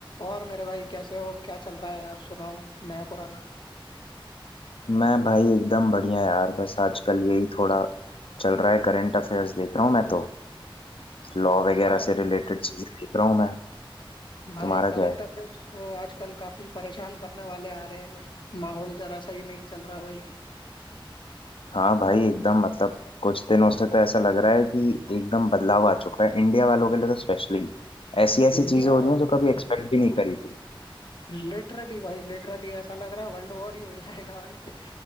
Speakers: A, on the left (about 60°); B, on the left (about 80°).
A: और मेरे भाई कैसे हो क्या चल रहा है यार सुनाओ नया पुराना
B: मैं भाई एकदम बढ़िया यार बस आजकल यही थोड़ा चल रहा है करंट अफेयर्स देख रहा हूँ मैं तो लॉ वगैरह
A: हाँ यार
B: से रिलेटेड चीजें देख रहा हूँ मैं
A: भाई
B: तुम्हारा
A: करंट
B: क्या है
A: अफेयर्स तो आजकल काफी परेशान करने वाले आ रहे हैं भाई माहौल जरा सही नहीं चल रहा भाई
B: हाँ भाई एकदम मतलब कुछ दिनों से तो ऐसा लग रहा है कि एकदम बदलाव आ चुका है इंडिया वालों के लिए तो स्पेशली ऐसी ऐसी
A: इंडिया
B: चीजें हो रही
A: वालों
B: हैं जो
A: के
B: कभी
A: लिए
B: एक्सपेक्ट
A: भाई
B: भी नहीं करी थी
A: लिटरली भाई लिटरली ऐसा लग रहा है वर्ल्ड वॉर ही हो जाएगा भाई